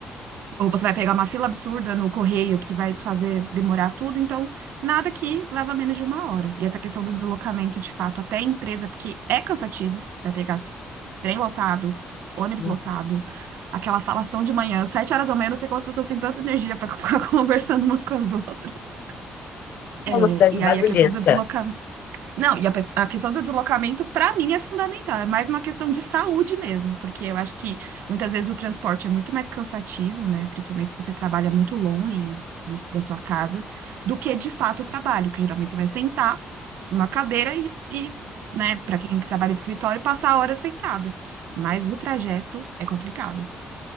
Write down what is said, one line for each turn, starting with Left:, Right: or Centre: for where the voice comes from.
Right: Ou você vai pegar uma fila absurda no correio que vai fazer demorar tudo, então nada que leva menos de uma hora. E essa questão do deslocamento de fato até a empresa, porque é cansativo, você vai pegar trem lotado, ônibus
Left: Uhum.
Right: lotado, aquela falação de manhã, sete horas ou menos, não sei como as pessoas têm tanta energia para <laughs> ficar conversando umas com as outras. É,
Left: é uma cidade
Right: E
Left: barulhenta.
Right: aí a questão do deslocamento. Não, e a, pes- a questão do deslocamento, para mim, é fundamental. É mais uma questão de saúde mesmo, porque eu acho que muitas vezes o transporte é muito mais cansativo, né? Principalmente se você trabalha muito longe do- da sua casa, do que de fato o trabalho, que geralmente você vai sentar numa cadeira e, e, né, para quem trabalha em escritório, passar a hora sentada. Mas o trajeto é complicado.